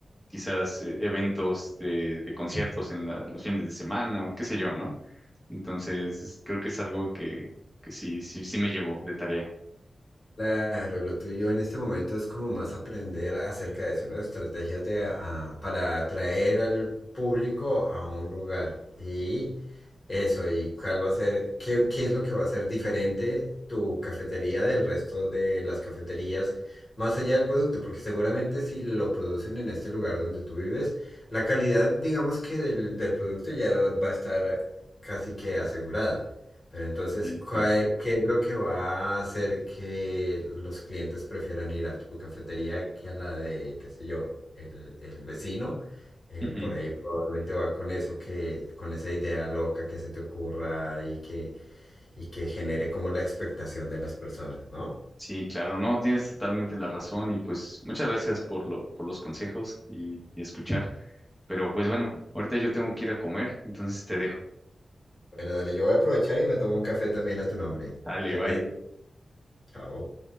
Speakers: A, in the centre; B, on the left (about 25°).
A: quizás eh, eventos de, de conciertos en la- los fines de semana o qué sé yo, ¿no? Entonces, es- creo que es algo que, que sí, sí, sí me llevó de tarea.
B: Claro, lo tuyo en este momento es como más aprender acerca de eso, ¿no? Estrategias de, ah, para atraer al público a un lugar. Y eso, y cuál va a ser, qué, qué es lo que va a ser diferente tu cafetería del resto de las cafeterías, más allá del producto, porque seguramente si lo producen en este lugar donde tú vives, la calidad, digamos que del, del producto ya va a estar casi que asegurada. Pero entonces,
A: Sí,
B: ¿cuál-
A: claro.
B: ¿qué es lo que va a hacer que los clientes prefieran ir a tu cafetería que a la de, qué sé yo, el, el vecino? Eh,
A: Ujú.
B: por ahí probablemente va con eso que, con esa idea loca que se te ocurra y que, y que genere como la expectación de las personas, ¿no?
A: Sí, claro, no, tienes totalmente la razón y pues muchas gracias por lo, por los consejos y, y escuchar. Pero pues bueno, ahorita yo tengo que ir a comer, entonces te dejo.
B: Bueno, dale, yo voy a aprovechar y me tomo un café también a tu nombre.
A: Dale,
B: Que
A: bye.
B: andes bien. Chao.